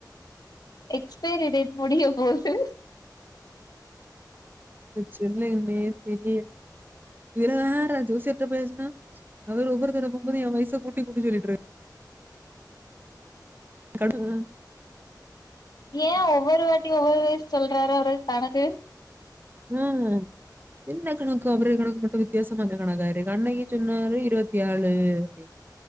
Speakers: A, on the left (about 60°); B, on the right (about 25°).
A: எக்ஸ்பைரி டேட் முடிய போது
B: <unintelligible> தெரிய இதுல வேற ஜோசியத பேஸ்ன்னா அவர் ஒவ்வொருதட போபோது என் வயசா கூட்டி கூட்டி சொல்லிட்டு இருக்காரு கரட்டுதா
A: ஏன் ஒவ்வொரு வாட்டியு ஒவ்வொரு வயசு சொல்றாருஅவரு தனக் க்கு
B: ம் என்ன கணக்கு அவரு கணக்கு மட்டு வித்தியாசம்ந்த கணக்காரு அன்னைக்கி சொன்னாரு இருவத்தி ஏழு அப்படி